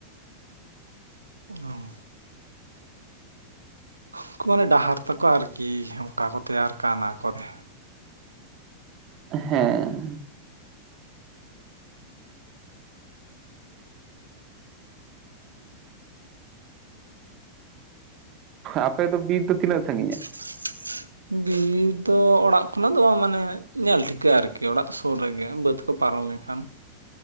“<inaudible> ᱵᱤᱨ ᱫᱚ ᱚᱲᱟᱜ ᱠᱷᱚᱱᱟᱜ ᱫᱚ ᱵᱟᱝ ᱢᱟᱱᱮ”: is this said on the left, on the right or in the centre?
Right